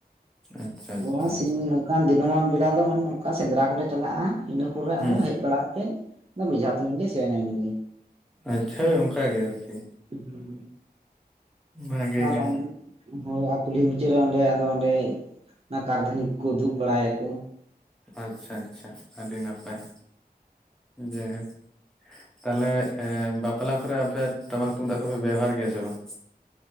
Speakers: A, in the centre; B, on the right.
A: ᱟᱪᱪᱷᱟ ᱟᱪᱪᱷᱟ
B: ᱦᱚᱸ ᱥᱤᱧ ᱱᱚᱝᱠᱟᱱ ᱫᱤᱱᱟᱹᱢᱟᱱ ᱵᱮᱲᱟ ᱫᱚ ᱢᱟᱱᱮ ᱱᱚᱝᱠᱟ ᱥᱮᱸᱫᱽᱨᱟ ᱠᱚᱞᱮ ᱪᱟᱞᱟᱜ-ᱟ, ᱤᱱᱟᱹ ᱯᱚᱨᱮ
A: ᱦᱩᱸ
B: ᱟᱫᱚ ᱦᱮᱡ ᱵᱟᱲᱟ ᱠᱟᱛᱮᱫ ᱱᱟ ᱵᱮᱡᱷᱟ ᱛᱩᱧ ᱞᱮ ᱥᱮᱱ ᱮᱱ ᱜᱮ᱾
A: ᱟᱪᱪᱷᱟ ᱦᱳᱭ ᱚᱝᱠᱟ ᱜᱮ ᱟᱨᱠᱤ,
B: ᱦᱩᱸ
A: ᱵᱷᱟᱜᱮ
B: ᱟᱨᱚᱱᱤ
A: ᱜᱮ
B: ᱦᱳᱭ ᱟ ᱠᱩᱞᱦᱤ ᱢᱩᱪᱟᱹᱜ ᱨᱮ ᱚᱸᱰᱮ ᱟᱫᱚ ᱚᱸᱰᱮ ᱚᱱᱟ ᱠᱟᱨᱫᱷᱟᱹᱱᱤ ᱠᱚ ᱩᱫᱩᱜ ᱵᱟᱲᱟ ᱭᱟᱠᱚ᱾
A: ᱟᱪᱪᱷᱟ ᱟᱪᱪᱷᱟ ᱟᱹᱰᱤ ᱱᱟᱯᱟᱭ ᱡᱟᱭᱦᱩᱠ, ᱛᱟᱦᱞᱮ ᱵᱟᱯᱞᱟ ᱠᱚᱨᱮᱜ ᱟᱯᱮ ᱴᱟᱢᱟᱠ ᱛᱩᱢᱫᱟᱜ ᱠᱚᱯᱮ ᱵᱮᱣᱦᱟᱨ ᱜᱮᱭᱟ ᱥᱮ ᱵᱟᱝ?